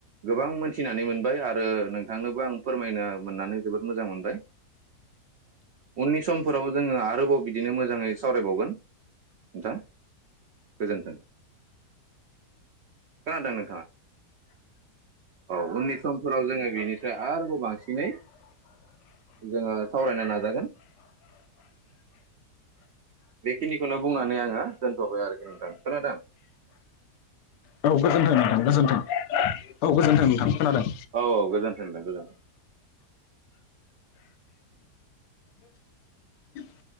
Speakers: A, on the right (about 80°); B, on the left (about 85°).
A: गोबां मोनथिनानै मोनबाय आरो नों थांनोबो आं फोरमायनो मोननानै जोबोद मोजां मोनबाय उननि समफोराव जोङो आरोबाव बिदिनो मोजाङै सावरायबावगोन। नोंथां गोजोन्थों खोनादों नोंथांङा औ उननि समफोराव जोङो बेनिफ्राय आरोबाव बांसिनै जोङो सावरायनो नाजागोन। बेखिनिखौनो बुंनानै आङो दोनथ'बाय आरोखि नोंथां खोनादों?
B: औ गोजोन्थों नोंथां गोजोन्थों औ गोजोन्थों नोंथां खोनादों।
A: औ औ गोजोन्थों नोंथां गोजोन्थों
B: <inaudible> <unintelligible>